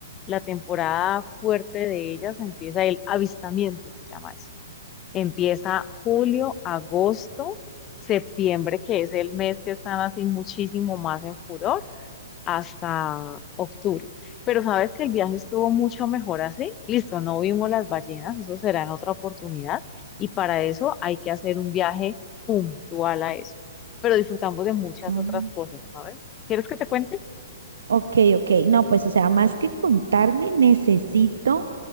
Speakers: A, on the left (about 25°); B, on the right (about 80°).
A: la temporada fuerte de ellas empieza el avistamiento, se llama eso. Empieza julio, agosto, septiembre, que es el mes que están así muchísimo más en furor hasta octubre. Pero sabes que el viaje estuvo mucho mejor así. Listo, no vimos las ballenas, eso será en otra oportunidad. Y para eso hay que hacer un viaje puntual a eso. Pero disfrutamos de muchas
B: ah.
A: otras cosas, ¿sabes? ¿Quieres que te cuente?
B: Ok, ok, no, pues o sea, más que contarme, necesito,